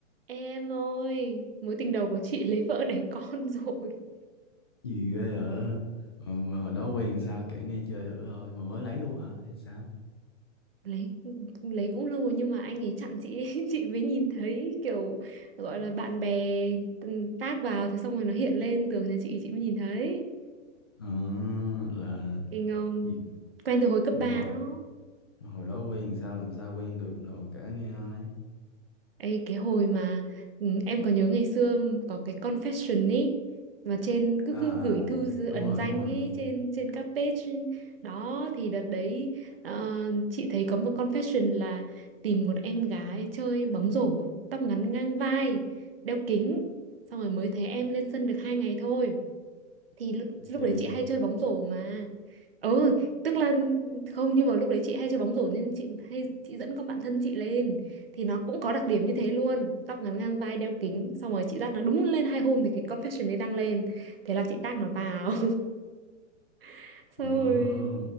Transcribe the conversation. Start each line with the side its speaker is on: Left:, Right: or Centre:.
Right: Em ơi, mối tình đầu của chị lấy vợ đẻ con <laughs> rồi.
Left: gì ghê vậy Ờ, mà hồi đó quen sao kể nghe chơi thử thôi mà mới lấy luôn hả hay sao
Right: Lấy lấy cũng lâu rồi nhưng mà anh ấy chặn chị ấy, <laughs> chị mới nhìn thấy kiểu gọi là bạn bè tân- tag vào thế xong rồi nó hiện lên tường nhà chị chị mới nhìn thấy.
Left: Ờ, là
Right: Kinh không?
Left: gì
Right: Quen từ hồi cấp
Left: nhưng
Right: 3
Left: mà hồi
Right: đó.
Left: hồi đó quen sao làm sao quen được đồ kể nghe ai
Right: Ê, cái hồi mà ừ, em có nhớ ngày xưa có cái confession ý mà trên cứ
Left: à,
Right: cứ gửi
Left: à
Right: thư dư-
Left: đúng
Right: ẩn
Left: rồi
Right: danh
Left: đúng rồi
Right: ý
Left: đúng
Right: trên
Left: rồi
Right: trên các page đó thì đợt đấy ờ, chị thấy có một confession là tìm một em gái chơi bóng rổ tóc ngắn ngang vai đeo kính xong rồi mới thấy em lên sân được hai ngày thôi thì lúc,
Left: Là
Right: lúc
Left: chị
Right: đấy chị hay chơi bóng rổ mà ừ tức là không nhưng mà lúc đấy chị hay chơi bóng rổ nên chị hay chị dẫn con bạn thân chị lên thì nó cũng có đặc điểm như thế luôn tóc ngắn ngang vai đeo kính xong rồi chị dắt nó đúng lên hai hôm thì cái confession ấy đăng lên thế là chị tag nó vào <laughs> xong
Left: Ờ,
Right: rồi